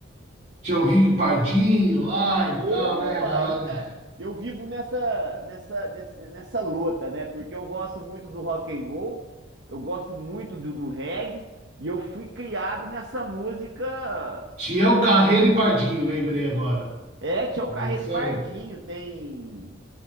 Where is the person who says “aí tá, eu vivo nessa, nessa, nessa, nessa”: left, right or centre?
Right